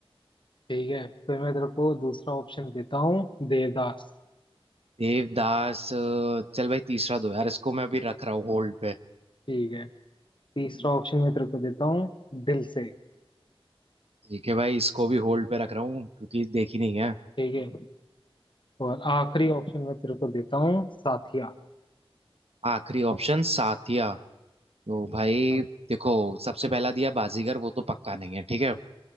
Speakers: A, on the left (about 55°); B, on the right (about 80°).
A: ठीक है फिर मैं तेरे को दूसरा ऑप्शन देता हूँ देवदास
B: देवदास अ, चल भाई तीसरा दो यार इसको मैं अभी रख रहा हूँ होल्ड पे
A: ठीक है तीसरा ऑप्शन मैं तेरे को देता हूँ दिल से
B: ठीक है भाई इसको भी होल्ड पे रख रहा हूँ क्योंकि देखी नहीं है
A: ठीक है और आखिरी ऑप्शन मैं तेरे को देता हूँ साथिया
B: आखिरी ऑप्शन साथिया तो भाई
A: हाँ,
B: देखो सबसे पहला दिया बाजीगर वो तो पक्का नहीं है ठीक है